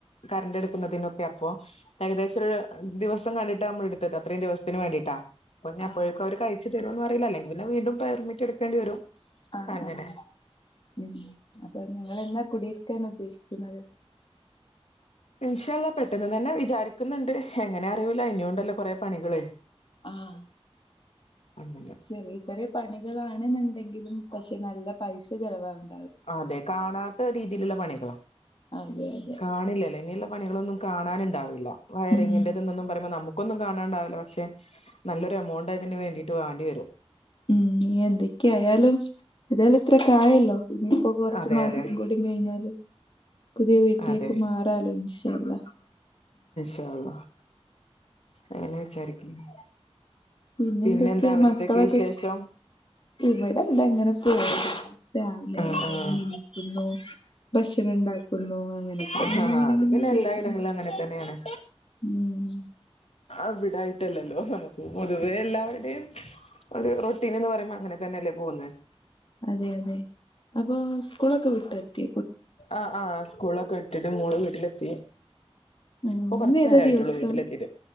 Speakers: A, on the left; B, on the left.
A: കറണ്ട് എടുക്കുന്നതിനൊക്കെ അപ്പൊ ഏകദേശം ഒരു ദിവസം കണ്ടിട്ടാണ് നമ്മൾ എടുത്തത് അത്രയും ദിവസത്തിന് വേണ്ടിട്ടാ അപ്പ ഞപ്പോഴക്കും
B: ആഹ്
A: അവ കഴിച്ചു തരുംന്ന് അറിയില്ല അല്ലെങ്ക പിന്നെ വീണ്ടും പെർമിറ്റ് എടുക്കേണ്ട വരും
B: ആഹാ
A: അങ്ങനെ
B: ആഹാ ഉം അപ്പൊ നിങ്ങളെന്ന കുടിയിരിക്കാൻ ഉദ്ദേശിക്കുന്നത്
A: ഇൻഷ അള്ളാ പെട്ടെന്ന് തന്നെ വിചാരിക്കുന്നുണ്ട് എങ്ങനെ അറിയൂല ഇനി ഉണ്ടല്ലോ കൊറെേ പണികള്
B: ആഹാ
A: അങ്ങനെ
B: ചെറിയ ചെറിയ പണികളാണെന്നുണ്ടെങ്കിലും പക്ഷെ നല്ല പൈസ ചെലവാകണം
A: അതെ കാണാത്ത രീതിയിലുള്ള പണികളാ
B: അതെ അതെ
A: കാണില്ലല്ലോ ഇനിയുള്ള പണികളൊന്നും കാണാൻണ്ടാവില്ല വയറിങ്ങിന്റെതന്നൊന്നും
B: ഉം
A: പറയ്മ്പോ നമുക്ക് പ്പോന്നും കാണാണ്ടാവില്ല പക്ഷെ നല്ലൊരു എമൗണ്ട് അതിന് വേണ്ടിയിട്ട് വേണ്ടി വരും
B: ഉം എന്തൊക്കെയ ആയാലും ഏതായാലും ഇത്ര കായല്ലോ ഇനിയിപ്പോ കുറച്ച്
A: അതെ
B: മാസം
A: അതെ
B: കൂടി കഴിഞ്ഞാല് പുതിയ വീട്ടിലേക്ക്
A: അതെ
B: മാറാലോ ഇൻഷള്ളാ
A: ഇന്ഷാ അല്ലാഹ് അങ്ങനെ വിചാരിക്കുന്നു
B: പിന്നെന്തൊക്കെയാ
A: പിന്നെന്താ അവിടത്തേക്ക്
B: മക്കളൊക്കെ
A: വിശേഷം
B: സ്കൂ ഇവിടെ എന്താ അങ്ങനെ പോണ് രാവിലെ
A: ആഹ് ആഹ്
B: ഏണീക്കുന്നു ഭക്ഷണം ഉണ്ടാക്കുന്നു അങ്ങനെയൊക്കെ
A: ആഹ്
B: എങ്ങനെ
A: ആഹ്
B: എങ്ങനെ
A: അത്
B: അങ്ങനെ
A: പിന്നെ
B: പോകുന്നു
A: എല്ലായിടങ്ങളിലും അങ്ങനെ തന്നെയാണ്
B: ഉം
A: അവിടായിട്ടല്ലല്ലോ നമുക്ക് പൊതുവേ എല്ലാവരുടെയും ഒരു റൊട്ടീൻ എന്ന് പറയ്മ്പോ അങ്ങനെ തന്നെയല്ലേ പോകുന്നേ
B: അതെ അതെ അപ്പൊ സ്കൂളൊക്കെ വിട്ട എത്തി
A: ആഹാ ആഹ് സ്കൂളൊക്കെ വിട്ടിട്ട് മോള് വീട്ടിലെത്തി
B: ആ
A: പ്പൊ കൊറച്ചു
B: ഇന്ന് ഏതാ
A: നേരം ആയിട്ടുള്ളൂ
B: ദിവസം
A: വീട്ടിലെത്തിട്ട